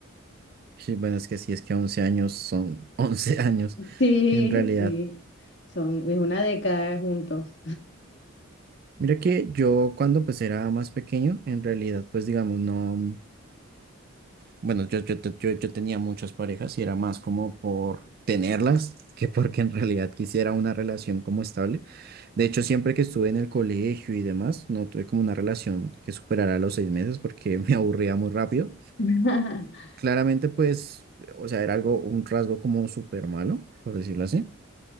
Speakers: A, on the right; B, on the left.
A: Sí, bueno, es que sí, es que once años son <laughs> once años,
B: Sí,
A: en realidad.
B: sí, son, es una década juntos.
A: Mira que yo cuando pues era más pequeño, en realidad pues digamos no, Bueno, yo, yo, te- yo, yo tenía muchas parejas y era más como por tenerlas <laughs> que porque en realidad quisiera una relación como estable. De hecho, siempre que estuve en el colegio y demás, no tuve como una relación que superara los seis meses porque <laughs> me aburría muy rápido.
B: <laughs>
A: Claramente, pues, o sea, era algo, un rasgo como súper malo, por decirlo así.